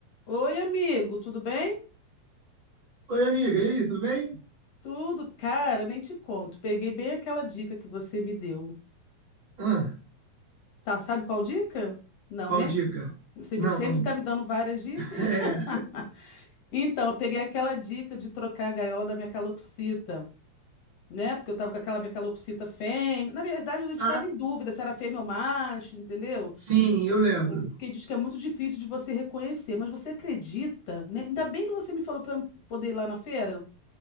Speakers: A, on the left; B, on the right.
A: Oi, amigo, tudo bem?
B: Oi, amiga, e aí, tudo bem?
A: Tudo, cara, nem te conto. Peguei bem aquela dica que você me deu.
B: Ah,
A: Tá, sabe qual dica? Não,
B: qual
A: né?
B: dica?
A: Você
B: Não.
A: me, sempre tá me dando várias dicas.
B: <laughs>
A: <laughs>
B: É.
A: Então, eu peguei aquela dica de trocar a gaiola da minha calopsita, né? Porque eu tava com aquela minha calopsita fêmea. Na verdade, a gente
B: Ah,
A: tava em dúvida se era fêmea ou macho, entendeu?
B: sim, eu lembro.
A: Porque diz que é muito difícil de você reconhecer. Mas você acredita, né? Ainda bem que você me falou pra poder ir lá na feira.